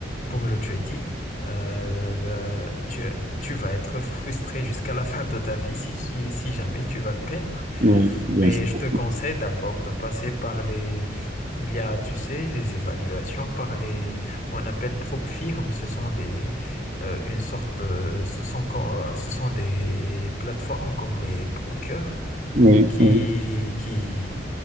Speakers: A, on the left; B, on the right.
A: pour le trading. Euh, bah, tu tu vas être frustré jusqu'à la <laughs> fin de ta vie si si si jamais tu vas le perdre.
B: Oui, bien
A: Mais
B: sûr.
A: je te conseille d'abord de passer par les... Il y a, tu sais, les évaluations par les... On appelle prop firmes. Ce sont des... euh, une sorte... euh, ce sont, quand- ce sont des plateformes comme les Procure
B: Oui,
A: qui,
B: oui.
A: qui,